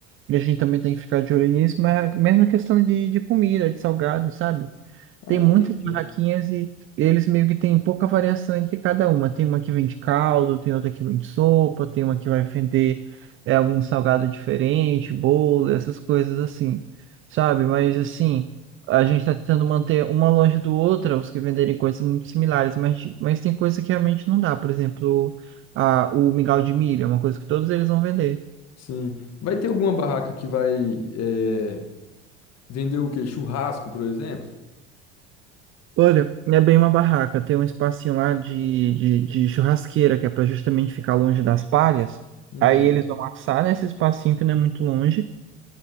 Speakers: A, on the right; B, on the left.
A: E a gente também tem que ficar de olho nisso, mas é a mesma questão de, de comida, de salgado, sabe?
B: Ah,
A: Tem muitas
B: entendi.
A: barraquinhas e eles meio que têm pouca variação entre cada uma. Tem uma que vende caldo, tem outra que vende sopa, tem uma que vai vender é, algum salgado diferente, bolo, essas coisas assim, sabe? Mas assim, a gente está tentando manter uma longe do outra, os que venderem coisas muito similares, mas, mas tem coisa que realmente não dá. Por exemplo, a, o mingau de milho é uma coisa que todos eles vão vender.
B: Sim. Vai ter alguma barraca que vai é, vender o quê? Churrasco, por exemplo?
A: Olha, é bem uma barraca. Tem um espacinho lá de, de, de churrasqueira, que é para justamente ficar longe das palhas.
B: Uhum.
A: Aí eles vão assar nesse espacinho que não é muito longe.